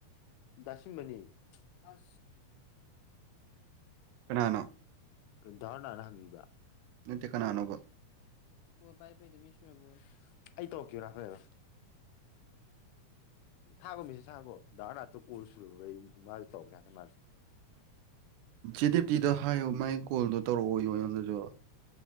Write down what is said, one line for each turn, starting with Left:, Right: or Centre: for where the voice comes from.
Left: ꯗꯁꯤꯝꯃꯅꯤ ꯑ
Right: ꯄꯨꯅꯥꯅꯣ
Left: ꯗꯔꯅꯥꯅꯪꯤꯒ
Right: ꯅꯇ ꯀꯅꯥꯅꯨꯕ
Left: ꯑꯣ ꯚꯥꯏ ꯐꯩꯗ ꯃꯤ ꯁꯔꯕꯣꯏ ꯑꯩ ꯇꯧꯔꯛꯈꯤꯕ ꯂꯅꯦꯕ ꯊꯥꯒꯣ ꯃꯤꯁꯤ ꯊꯥꯒꯣ ꯗꯗꯥꯔꯅ ꯍꯥꯇ ꯄꯨꯁꯨ ꯃꯥ ꯇꯧ ꯀꯅꯦ ꯃꯥ
Right: ꯦꯗꯤꯞꯇꯤꯗꯣ ꯍꯥꯏꯌꯨ ꯃꯒꯤ ꯀꯣꯜꯗꯣ ꯇꯧꯔꯛꯑꯣꯣ ꯑꯩꯉꯣꯟꯗꯁꯨ